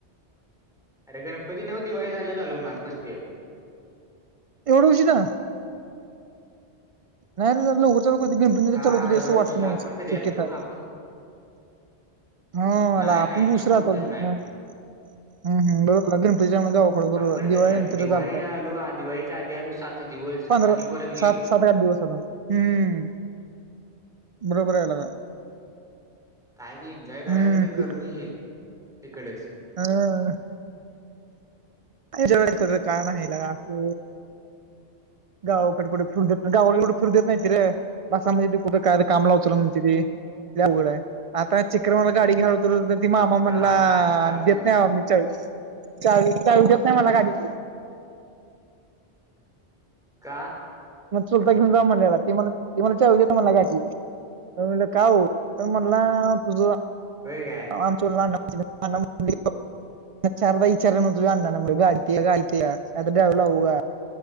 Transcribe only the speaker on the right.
एवढं उशीरां नाहीं रे लवकचं गिणपतीतं
चालूं कुंती
असं वाटतं
नाहीं
शक्यतां
हां
आपणं
खूंप
ऊशिरा
चालूं होती
मंग
बरो हमं हंम लग्नं पतूदे मंग जाऊं थंडीबरोबर
दिवाळीनंतर
चालतं
पंधरा
सात सात आंठ दिवसं हम्मं बरोबर आहे लेकां
हम्म
हा <unintelligible>
कायं जडं करं कारणं आहे लांकी गावांकडे कुठं फिरु देतं नाहीं गावां फिरू देतं नाहींतरे बसं म्हंजे ते कुठं कायं तरं कामं लावचलं म्हंण ते अवघडं आहे आतान चिक्रमालां गांडी घालवतं मामा म्हणलां
देतं नाहीं मी चांबी चांबी देतं नाहीं मलां गांडी
मंग चुलतां घेऊन जां म्हणंला ते मलां ती मलां चाबी मलां गांडीची म्हणलं कायं हो तरं म्हणलां तुझं
औणं तोंडलां नां चारदां विचारलं तुझनां नां गांडीलां गांडीलां ते तरडाव्हलां कां